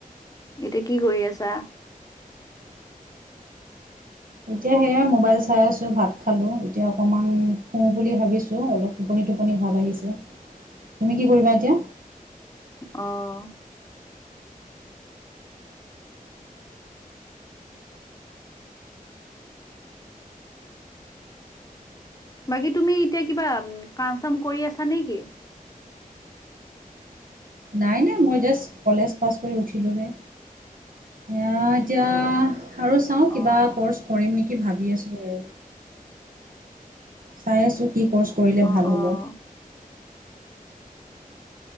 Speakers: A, on the left; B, on the right.
A: এতিয়া কি কৰি আছা?
B: এতিয়া সেয়াই মোবাইল চাই আছোঁ, ভাত খালোঁ, এতিয়া অকণমান শুওঁ বুলি ভাবিছোঁ অলপ। টোপনি টোপনি ভাৱ আহিছে। তুমি কি কৰিবা এতিয়া?
A: অ', বাকী তুমি এতিয়া কিবা, কাম চাম কৰি আছা নেকি?
B: নাই, নাই, মই জাষ্ট কলেজ পাছ কৰি উঠিলোহে। এয়া, এতিয়া আৰু চাও, কিবা
A: অ',
B: কৰ্চ কৰিম নেকি ভাবি আছিল আৰু। চাই আছো, কি কৰ্চ কৰিলে
A: অ',
B: ভাল
A: অ',
B: হ'ব।